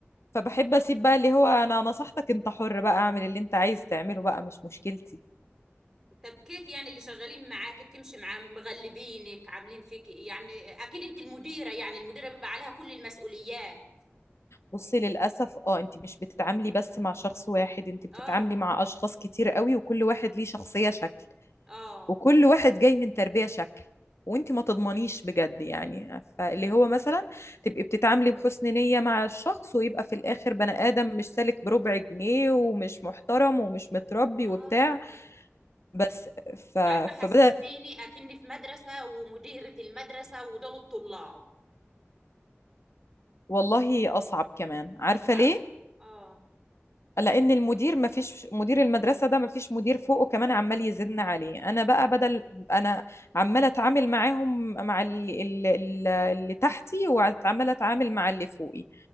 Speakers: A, on the left; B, in the centre.
A: فبحب اسيب بقى اللي هو انا نصحتك انت حر بقى اعمل اللي انت عايز تعمله بقى مش مشكلتي
B: طب كيف يعني اللي شغالين معاك بتمشي معاهم مغلبينك عاملين فيك إيه؟ يعني اكيد انت المديرة يعني المديرة بيبقى عليها كل المسؤوليات
A: بصي للاسف اه انت مش بتتعاملي بس مع شخص واحد انت بتتعاملي
B: اه
A: مع اشخاص كتير قوي وكل واحد ليه شخصية شكل
B: اه
A: وكل واحد جاي من تربية شكل وانت ما تضمنيش بجد يعني فاللي هو مثلا تبقي بتتعاملي بحسن نية مع الشخص ويبقى في الآخر بني آدم مش سالك بربع جنيه ومش محترم ومش متربي
B: اه
A: وبتاع بس ف...
B: تعرفي حسستيني
A: فبدأ
B: اكني في مدرسة ومديرة المدرسة ودول الطلاب
A: والله أصعب كمان عارفة
B: اه
A: ليه؟
B: اه
A: لان المدير ما فيش مدير المدرسه ده ما فيش مدير فوقه كمان عمال يزن عليه انا بقى بدل انا عماله اتعامل معاهم مع اللي, اللي, اللي تحتي وعماله اتعامل مع اللي فوقي